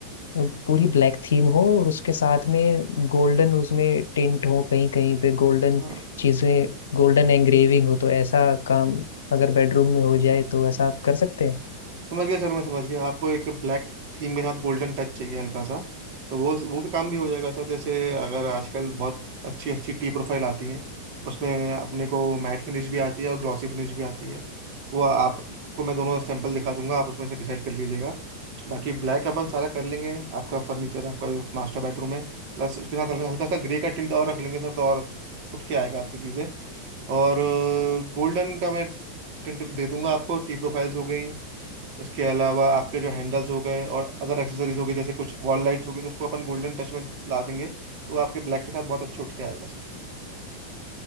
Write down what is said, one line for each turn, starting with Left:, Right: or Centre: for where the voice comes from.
Left: पूरी ब्लैक थीम हो और उसके साथ में गोल्डन उसमें टिंट हो कहीं कहीं पे गोल्डन
Right: हाँ
Left: चीजें गोल्डन एंग्रेविंग हो तो ऐसा काम अगर बेडरूम में हो जाए तो ऐसा आप कर सकते हैं
Right: समझ गया सर मैं समझ गया आपको एक ब्लैक थीम के साथ गोल्डन टच चाहिए हल्का सा तो वो वो भी काम भी हो जाएगा सर जैसे अगर आजकल बहुत अच्छी अच्छी टी प्रोफाइल आती है उसमें अपने को मैट फिनिश भी आती है और ग्लॉसी फिनिश भी आती है वो आपको मैं दोनों सैंपल दिखा दूंगा आप उसमें से डिसाइड कर लीजिएगा बाकी ब्लैक अपन सारा कर लेंगे आपका फर्नीचर आपका मास्टर बेडरूम है प्लस उसके साथ हल्का हल्का सा ग्रे का टिंट और रख लेंगे सर तो और अच्छा- उठ के आएगा आपकी चीज़ें और गोल्डन का मैं टिंट दे दूंगा आपको टी प्रोफाइल्स हो गई इसके अलावा आपके जो हैंडल्स हो गए और अदर एक्सेसरीज हो गई जैसे कुछ वॉल लाइट्स हो गई तो उसको अपन गोल्डन टच में ला देंगे तो वो आपके ब्लैक के साथ बहुत अच्छे उठ के आएगा सर